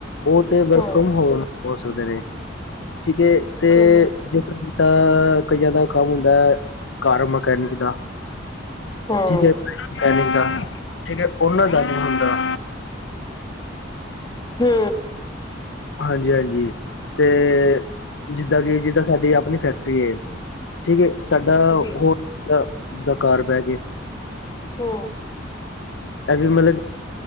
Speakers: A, on the left (about 70°); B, on the left (about 20°).
A: ਉਹ ਤੇ ਵਰਕ
B: ਹਮ
A: ਹੋਮ ਹੋ ਸਕਦੇ ਨੇ ਠੀਕ ਹੈ ਤੇ
B: ਹਮ
A: ਜੇਕਰ ਤਾ ਕਈਆਂ ਦਾ ਕੰਮ ਹੁੰਦਾ ਹੈ ਕਾਰ ਮਕੈਨਿਕ ਦਾ
B: ਹਮ
A: ਠੀਕ ਹੈ ਪਹਿਲੇ, ਠੀਕ ਉਹਨਾਂ ਦਾ ਨਹੀਂ ਹੁੰਦਾ।
B: ਹੂੰ,
A: ਹਾਂਜੀ-ਹਾਂਜੀ ਤੇ ਜਿੱਦਾਂ ਕਿ ਜਿੱਦਾਂ ਸਾਡੀ ਆਪਣੀ ਫੈਕਟਰੀ ਠੀਕ ਹੈ ਸਾਡਾ
B: ਜੀ
A: ਹੋਰ ਜਿਦਾ ਘਰ ਬਹਿ ਕੇ,
B: ਹੂੰ,
A: ਅਭ ਮਤਲਬ